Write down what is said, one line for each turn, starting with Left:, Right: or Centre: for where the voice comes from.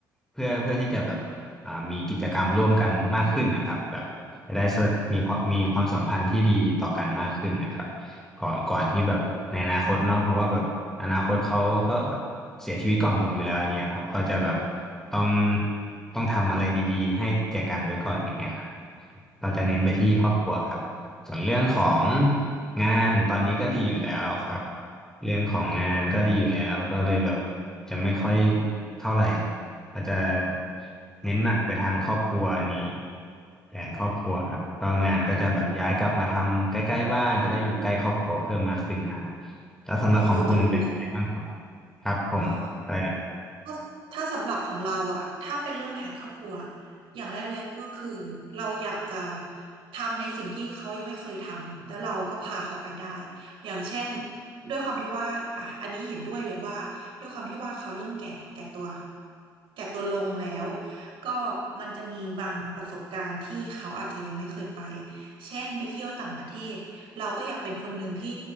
Centre: เพื่อเพื่อที่จะแบบอ่ามีกิจกรรมร่วมกันมากขึ้นนะครับแบบ จะได้มีความมีความสัมพันธ์ที่ดีต่อกันมากขึ้นนะครับก่อนก่อนที่แบบในอนาคตเนาะเพราะว่าแบบอนาคตเขาก็แบบเสียชีวิตก่อนผมอยู่แล้วอย่างเงี้ยครับก็จะแบบต้องต้องทำอะไรดีๆให้แก่กันไว้ก่อนอย่างเงี้ยครับเราจะเน้นไปที่ครอบครัวครับส่วนเรื่องของ
Right: อืมค่ะ
Centre: งานตอนนี้ก็ดีอยู่แล้วครับเรื่องของงานก็ดีอยู่แล้วก็เลยแบบจะไม่ค่อยเท่าไหร่ เราจะเน้นหนักไปทางครอบครัวอันนี้แผนครอบครัวครับก็งานก็จะแบบย้ายกลับมาทำใกล้ๆบ้านจะได้อยู่ใกล้ครอบครัวเพิ่มมากขึ้นครับ
Right: อืม
Centre: แล้วสำหรับของคุณเป็นยังไงบ้างครับ
Right: ก็คือจะดูแล
Centre: ครับผมอะไรนะครับ
Right: อ๋อ ก็ถ้าสำหรับของเราอะถ้าเป็นเรื่องแผนครอบครัวอย่างแรกเลยก็คือเราอยากจะทำในสิ่งที่เขายังไม่เคยทำแล้วเราก็พาเขาไปได้อย่างเช่นด้วยความที่ว่าอ่ะอันนี้เห็นด้วยเลยว่าด้วยความที่ว่าเขาเริ่มแก่แก่ตัวแก่ตัวลงแล้วก็มันจะมีบางประสบการณ์ที่เขาอาจจะยังไม่เคยไปเช่นไปเที่ยวต่างประเทศเราก็อยากเป็นคนหนึ่งที่